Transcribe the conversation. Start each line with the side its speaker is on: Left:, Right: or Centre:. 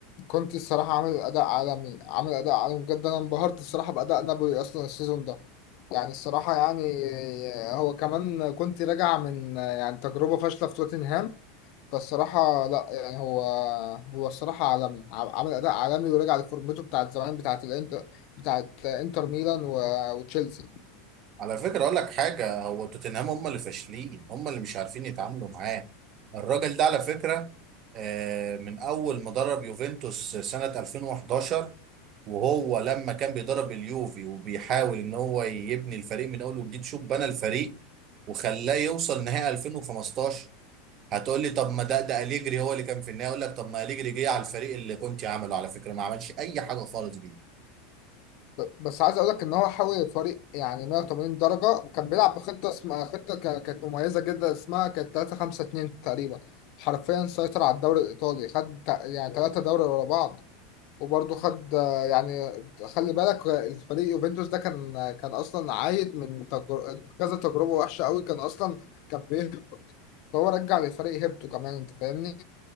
Left: كنت الصراحة عامل أداء عالمي عامل أداء عالمي بجد أنا انبهرت الصراحة بأداء نابولي أصلا السيزون ده يعني الصراحة يعني هو كمان كنت راجع من يعني تجربة فاشلة في توتنهام فالصراحة لا يعني هو هو الصراحة عالمي عم- عامل أداء عالمي ورجع لفورمته بتاعت زمان بتاعت الانتر بتاعت انتر ميلان و- وتشيلسي
Right: على فكرة أقول لك حاجة هو توتنهام هم اللي فاشلين هم اللي مش عارفين يتعاملوا معاه الراجل ده على فكرة آه، من أول ما درب يوفنتوس سنة 2011 وهو لما كان بيدرب اليوفي وبيحاول إن هو يبني الفريق من أول وجديد شوف بنى الفريق وخلاه يوصل نهائي 2015 هتقول لي طب ما ده ده أليجري هو اللي كان في النهائي أقول لك طب ما أليجري جه على الفريق اللي كنت عامله على فكرة ما عملش أي حاجة خالص بيه
Left: ب- بس عايز اقول لك ان هو حول الفريق يعني 180 درجه كان بيلعب بخطه اسمها خطه كا- كانت مميزه جدا اسمها كانت 3 5 2 تقريبا حرفيا سيطر على الدوري الايطالي خد تع- يعني ثلاثه دوري ورا بعض وبرضه خد آه، يعني خلي بالك آه، الفريق يوفنتوس ده كان آه، كان اصلا عايد من تجر... كذا تجربه وحشه قوي كان اصلا كان بيهبط فهو رجع للفريق هيبته كمان انت فاهمني